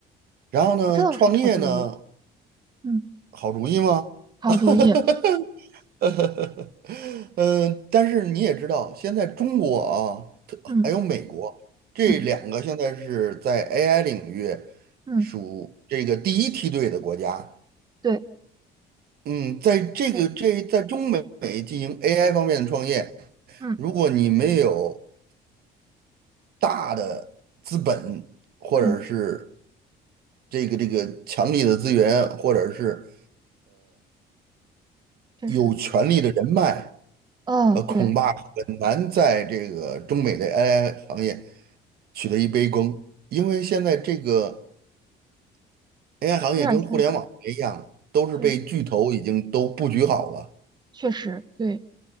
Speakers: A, on the right; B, on the right.
A: 然后呢，
B: 这倒是好主意，
A: 创业呢，
B: 嗯，
A: 好主意吗？
B: 好主意，
A: <laughs> <laughs> 呃，但是你也知道，现在中国啊，特还有美国这两个现在是在
B: 嗯嗯
A: AI 领域
B: 嗯，
A: 属这个第一梯队的国家。
B: 对
A: 嗯，在这个这在中美进行
B: 对，
A: AI 方面的创业，
B: 嗯
A: 如果你没有大的资本，或者是
B: 嗯，
A: 这个这个强力的资源，或者是
B: 确实，
A: 有权力的人脉，
B: 哦，
A: 呃，恐怕很难在这个中美的
B: 对，
A: AI 行业取得一杯羹，因为现在这个 AI 行业跟互联网一样，
B: 有点像，
A: 都是被巨头已经都布局好了。
B: 确确实对，